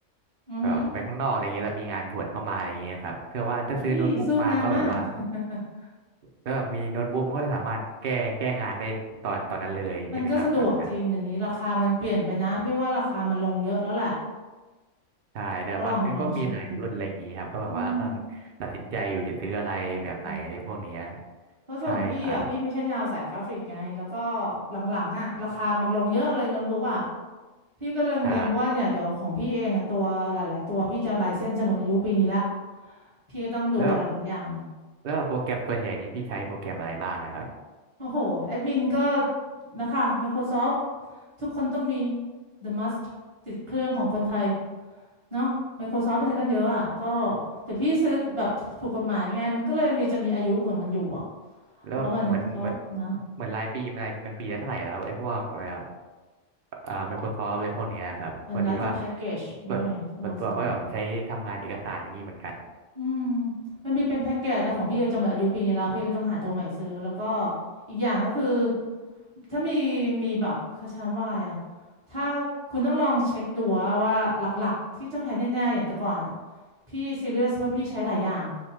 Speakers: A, on the right; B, on the right.
A: อือหือ
B: แบบไปข้างนอกอะไรอย่างนี้เรามีงานด่วนเข้ามาอะไรอย่างนี้ครับเพื่อว่าถ้าซื้อโน้ตบุ๊กมาก็แบบว่า
A: นี่สู้งานมาก <laughs>
B: แล้วแบบมีโน้ตบุ๊กมันก็จะสามารถแก้แก้งานได้ตอนตอนนั้นเลยใช่ไหมครับแบบนี้
A: มันก็สะดวกจริงเดี๋ยวนี้ราคามันเปลี่ยนไปนะพี่ว่าราคามันลงเยอะแล้วแหละ
B: ใช่แต่มันก็มีหลายรุ่นอะไรอย่างนี้ครับก็แบบว่ากำลังตัดสินใจอยู่จะซื้ออะไรแบบไหนในพวกเนี้ย
A: ก็ลองลองเช็คดูอืมอ๋อ เพราะส่วนพี่อ่ะพี่ไม่ใช่แนวสายกราฟิกไงแล้วก็
B: ใช่ครับ
A: หลังๆอ่ะราคามันลงเยอะเลยโน้ตบุ๊กอ่ะพี่ก็เล็งๆว่าเนี่ยเดี๋ยวของพี่เองอ่ะตัวหลายๆตัวพี่จะลายเส้นจะหมดอายุปีนี้ละ
B: ใช่
A: พี่ก็ต้องดูหลายๆอย่าง
B: แล้วแบบแล้วแบบโปรแกรมส่วนใหญ่นี่พี่ใช้โปรแกรมอะไรบ้างนะครับ
A: โอ้โหแอดมินก็นะคะ Microsoft ทุกคนต้องมี The Must ติดเครื่องของคนไทยเนาะ Microsoft ไปใช้กันเยอะอ่ะก็แต่พี่ซื้อแบบถูกกฎหมายไงมันก็เลยมีจะมีอายุของมันอยู่อ่ะ
B: แล้วแบบเหมือนเหมือน
A: แล้วมันก็นะ
B: เหมือนรายปีมันรายมันปีละเท่าไหร่แล้วครับไอ้พวกแบบอ่า Microsoft อะไรพวกเนี้ยครับพอดีว่า
A: มันรัดแต่แพ็กเกจเรื่องไงที่เราซื้อ
B: ส่วนส่วนตัวก็แบบใช้ทำงานเอกสารอย่างนี้เหมือนกัน
A: อืมมันมีเป็นแพ็กเกจนะของพี่จะหมดอายุปีนี้แล้วพี่ก็ต้องหาตัวใหม่ซื้อแล้วก็อีกอย่างก็คือถ้ามีมีแบบเขาใช้คำว่าอะไรอะถ้าคุณต้องลองเช็คดูว่าหลักๆที่ต้องใช้แน่ๆอย่างแต่ก่อนอะพี่ซีเรียสว่าพี่ใช้หลายอย่าง